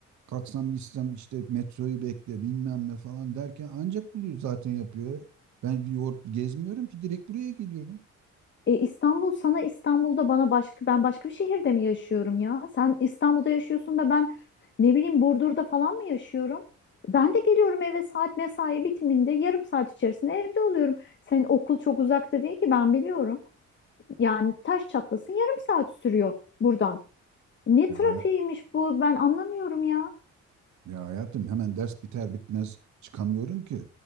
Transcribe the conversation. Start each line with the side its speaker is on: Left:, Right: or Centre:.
Right: kalksam gitsem işte metroyu bekle bilmem ne falan derken ancak bunu zaten yapıyor. Ben bir yol gezmiyorum ki direkt buraya geliyorum.
Left: E, İstanbul sana İstanbul'da bana başka ben başka bir şehirde mi yaşıyorum ya? Sen İstanbul'da yaşıyorsun da ben ne bileyim Burdur'da falan mı yaşıyorum? Ben de geliyorum eve saat mesai bitiminde yarım saat içerisinde evde oluyorum. Senin okul çok uzakta değil ki ben biliyorum. Yani taş çatlasın yarım saat sürüyor buradan. Ne
Right: Ya
Left: trafiğiymiş bu ben anlamıyorum ya.
Right: Ya hayatım hemen ders biter bitmez çıkamıyorum ki.